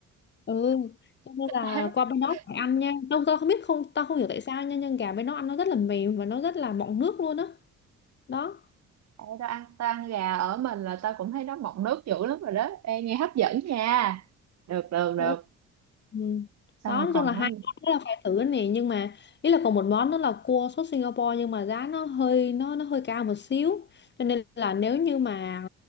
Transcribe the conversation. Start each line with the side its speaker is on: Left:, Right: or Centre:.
Left: ừ cho nên
Right: <laughs>
Left: là qua bên đó phải ăn nha tao, tao không biết không tao không hiểu tại sao nha nhưng gà bên đó ăn nó rất là mềm và nó rất là mọng nước luôn á đó.
Right: Ê, tao ăn tao ăn gà ở mình là tao cũng thấy nó mọng nước dữ lắm rồi đó. Ê, nghe hấp dẫn nha. Được được
Left: Ủa,
Right: được.
Left: Ừ.
Right: Xong
Left: Đó,
Right: rồi
Left: nói
Right: còn
Left: chung là hai
Right: món gì?
Left: món đó là phải thử nè nhưng mà ý là còn một món đó là cua sốt Singapore nhưng mà giá nó hơi nó nó hơi cao một xíu cho nên là nếu như mà